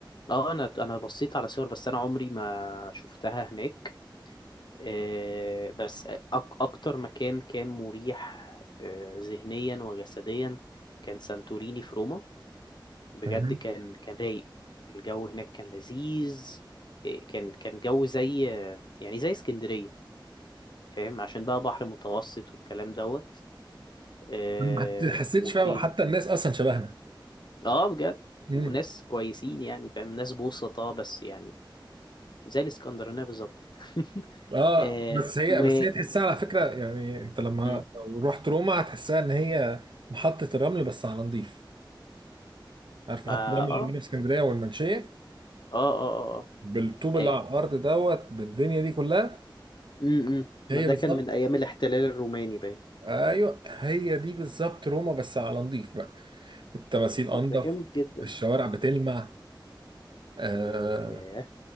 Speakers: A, on the left (about 60°); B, on the right (about 65°).
A: اه انا انا بصيت على صور بس انا عمري ما شفتها هناك آه بس أك اكتر مكان كان مريح آه ذهنيا وجسديا كان سانتوريني في روما بجد
B: مهم.
A: كان كان رايق الجو هناك كان لذيذ آه، كان كان جو زي يعني زي اسكندرية فاهم عشان بقى بحر متوسط والكلام دوت آه
B: ما حت- حسيتش
A: وفين
B: فيها حتى الناس اصلا شبهنا
A: اه بجد وناس
B: امم
A: كويسين يعني فاهم ناس بوسطاء بس يعني زي الاسكندرانية بالظبط <laughs>
B: اه
A: آه
B: بس هي
A: و
B: بس هي تحسها على فكره يعني انت لما
A: م.
B: لو رحت روما هتحسها ان هي محطه الرمل بس على نضيف عارف
A: ما
B: محطه الرمل اللي
A: اه
B: عندنا في اسكندريه والمنشيه
A: اه اه اه اه
B: بالطوب اللي
A: أي-
B: على الارض دوت بالدنيا دي كلها
A: م- م.
B: هي
A: ما ده
B: بالظبط
A: كان من ايام الاحتلال الروماني باين
B: ايوه هي دي بالظبط روما بس على نضيف بقى التماثيل
A: طب
B: انضف
A: ده جامد جدا
B: الشوارع بتلمع آه
A: م. ياه